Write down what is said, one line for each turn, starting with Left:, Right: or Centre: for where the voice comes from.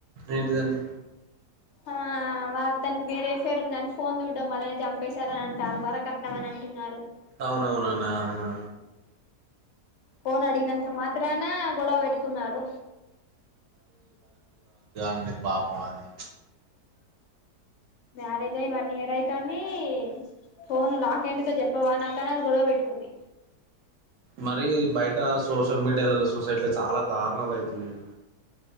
Right: ఏంటిదండి
Left: ఆ వా తనికి వేరే ఎఫేర్ ఉందని ఫోన్ చూడడం అళ్ళనే చంపేశారని అంటారు వరకట్నం అని అంటున్నారు
Right: అవునవునానాహా
Left: ఫోన్ అడిగినంత మాత్రాన గొడవ పెట్టుకున్నాడు
Right: అ మీ పాపం అది
Left: మ్యారేజ్ అయి వన్ ఇయర్ అయితని ఫోన్ లాక్ెండ్తో చెప్పవా నాకని అని గొడవ పెట్టుకుంది
Right: మరి బయట సోషల్ మీడియా మిలలో సొసైటీలో చాలా దారుారణాలు అవుతు నేను